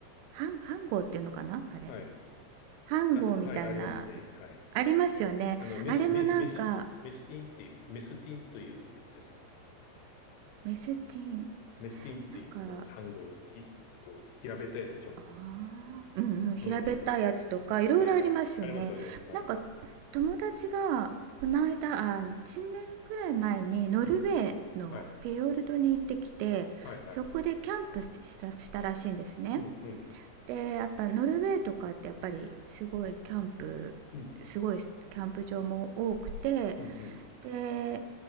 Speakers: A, on the right; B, on the left.
A: ハンハンゴーっていうのかなあれ
B: はい。
A: ハンゴーみたいな
B: あ、はい、ありますね。はい。
A: ありますよねあれもなんか
B: あの、メス、メ、メス、メスティンっていう、メスティンというんですよ。
A: メスチン
B: メスティンって言います。
A: なんか
B: あの、半号、ひ、こう、平べったいやつでしょ
A: ああ、うんうん、平べったいやつとか、
B: うんうんうん。
A: いろいろありますよね。
B: はいはい。あります、あります。はい。
A: なんか、友達が、こないだ、あ、1年ぐらい前に、ノルウェーのフィヨルドに行ってきて、
B: うん。はい。はいはい。
A: そこでキャンプしたしたらしいんですね。
B: うん、うん、
A: で、やっぱノルウェーとかってやっぱりすごいキャンプ、
B: うん、
A: すごいキャンプ場も多くて、
B: うん、うん。
A: で、